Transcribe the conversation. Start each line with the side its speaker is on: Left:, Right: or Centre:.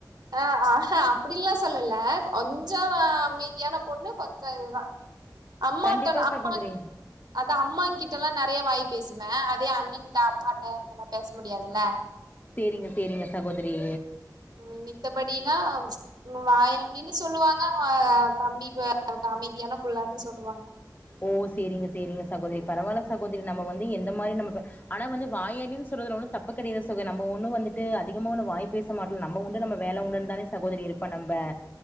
Right: அ ஆ அப்டியெல்லா சொல்லல கொஞ்சோ அமைதியான பொண்ணு கொஞ்ச இதுதா அம்மாத்தானே
Left: கண்டிப்பா
Right: அம்மா
Left: சகோதரி
Right: அதா அம்மாங்கிட்ட எல்லா நெறைய வாய் பேசுவே அதே அண்ணன்ட்ட அப்பாட்ட அதெல்லா பேச முடியாதுல்ல
Left: சேரிங்க சேரிங்க சகோதரி
Right: ம் மித்தபடியெல்லா ம் வாயாடின் னு சொல்லுவாங்க தம்பி அமைதியான புள்ளன்னு சொல்லுவாங்க
Left: ஓ சேரிங்க சேரிங்க சகோதரி பரவாயில்ல சகோதரி நம்ம வந்து எந்த மாரி நம்ம ஆனா வந்து வாயாடின்னு சொல்றதுல ஒன்னு தப்பு கிடையது சகோ நம்ம ஒன்னு வந்துட்டு அதிகமா ஒன்னு வாய பேச மாட்டல நம்ம உண்டு நம்ம வேல உண்டுன்னு தானே சகோதரி இருப்ப நம்ப